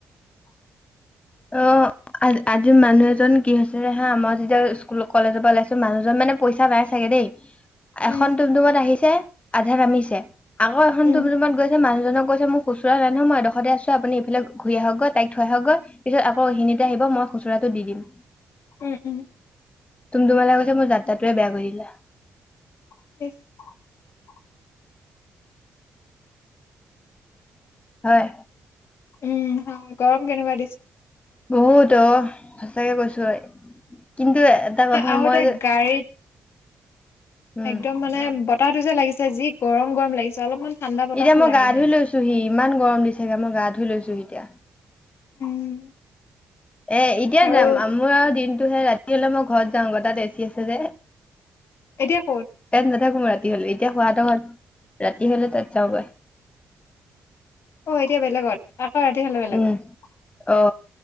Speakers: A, on the left; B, on the left.
A: <unintelligible>
B: অ। আ আজি মানুহ এজন কি হৈছে হা মই যেতিয়া স্কুল কলেজৰ পৰা ওলাইছো মানুহজন মানে পইচা নাই চাগে। দেই। এখন
A: উম
B: টুমটুমত আহিছে আধা নামিছে আকৌ এখন
A: উম
B: টুমটুমত গৈছে মানুহজনক কৈছে মোক। খুচুৰা নাই নহয় মই এই দখৰতে আছোঁ আপুনি ইফালে ঘূৰি আহক গৈ তাইক থৈ আহকৈ। পিছত আকৌ ইখিনীতে আহিব মই খুচুৰাটো দি দিম।
A: উম উম।
B: টুমটুমৱালা কৈছে মোৰ যাত্ৰাটোৱে বেয়া কৰি দিলা।
A: <unintelligible>
B: হয়।
A: উম গৰম কেনেকুৱা দিছে।
B: বহুত অ সঁচাকে কৈছোঁ কিন্তু এটা কথা
A: আহোতে
B: মই।
A: গাড়ীত
B: উম
A: একদম মানে বতাহটো যে লাগিছে যি গৰম গৰম লাগিছে অলপমান। ঠাণ্ডা বতাহো
B: এতিয়া মই
A: লগা
B: গা
A: নাই
B: ধুই লৈছোহি ইমান গৰম দি চাগে মই গা ধুই লৈছোহি এতিয়া।
A: উম।
B: এ এতিয়া
A: আৰু
B: যাম মোৰ আৰু দিনটোহে ৰাতি হলে মই ঘৰত যাওঁ গৈ তাত এচি আছে যে।
A: এতিয়া। ক'ত
B: তাত নাথাকো মই ৰাতি হলে এতিয়া শুৱাটো ৰাতি হলে তাত যাওঁগৈ।
A: অ এতিয়া বেলেগত আকৌ ৰাতি হ'লে বেলেগত।
B: উম অ